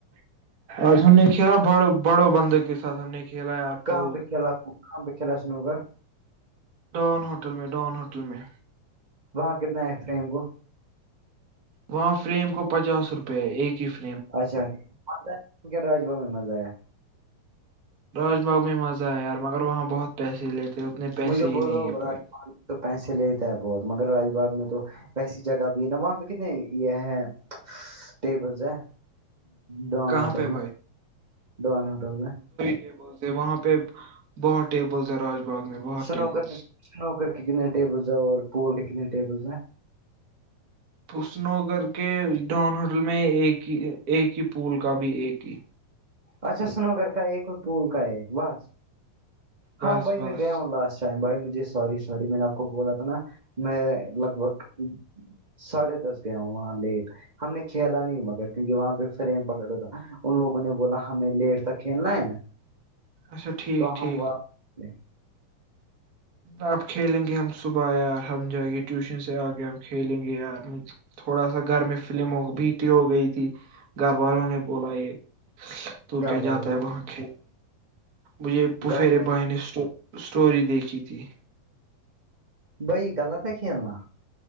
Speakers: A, on the right (about 50°); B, on the right (about 85°).
A: آج ہم نے کھیلاا بڑ بڑوں بند کے ساتھ ہم نے کھیلا یار پول
B: کہاں پ کھیلا آ کہاں پ کھیلا سنو گھر
A: ڈون ہوٹل میں ڈون ہوٹل میں
B: وہاں کتنا ہے اس ائم کو
A: وہاں فریم کو پچاس روپئے ہے ایک ہی ف
B: اچھاک راج بھا میں مز آیا
A: راج باغ میں مزہ ہے یار مگر وہاں بہت پیسے لیتے اتنے پیسے
B: مجھے
A: ہی
B: بولو
A: نہیں ہے
B: راج
A: بھائی
B: تو پیسے لیتا ہے بہت مگر راج باغ میں تو ویسی جگہ بھی ہے نا وہاں پہ کتنے یہ ہے ٹیبلس ہے ڈان
A: کہاں
B: ہوٹل
A: پہ
B: میں
A: بھائی
B: ڈان ہوٹل میں
A: ٹیبلس ہے وہاں پہ بہت ٹیبلس ہے راج باغ میں بہت
B: سنوکر
A: ٹیبلس
B: سنوکر کے کتنے ٹیبلس ہیں اور پول کے کتنے ٹیبلس ہیں
A: اسنو کر کے ڈان ہوٹل میں ایک ہی ایک ہی پول کا بھی ایک ہی
B: اچھا سنوگر کا ایک اور پٹول کا ایک بس
A: بس
B: ہاں بائی
A: بس
B: میں گیا ہوں لاسٹ ش بھائی مجھے س سوری میں نے آپ کو بولا تھا نا میں لگ بھگ ساڑھے دس گیا ہوں وہاں لیٹ ہم نے کھیلا نہیں متر کیوںک وہاں پہ سرم پکڑا تھا ان لوگوں نے بولا ہمیں لیٹ تک کھیلنا ہے
A: اچھا ٹھیک
B: تو
A: ٹھیک
B: ہم واپس گئے۔
A: آپ کھیلیں گے ہم صبح یار ہم جائ گے ٹیوشن سے آ کے ہم کھیلیں گے یارج تھوڑا سا گھر میں فلم ہو بیٹی ہو گئی تھی گھر والوں نے بولا یہ تو کیا
B: بولو
A: جاتا
B: بھائی
A: ہے وہاں کھیل مجھے پفیرے
B: گھر پر
A: بھائی نے اسٹوری دیکھی تھی
B: بائی غلط ہے کی کھیلنا